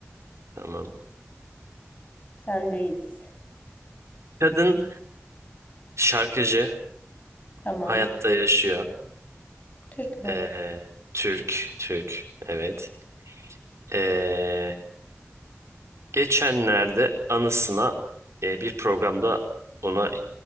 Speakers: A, on the right (about 80°); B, on the left (about 35°).
A: Tamam.
B: Sendeyiz.
A: Kadın şarkıcı.
B: Tamam.
A: Hayatta yaşıyor.
B: Türk mü?
A: Ee, Türk. Türk. Evet. Ee, geçenlerde anısına e, bir programda ona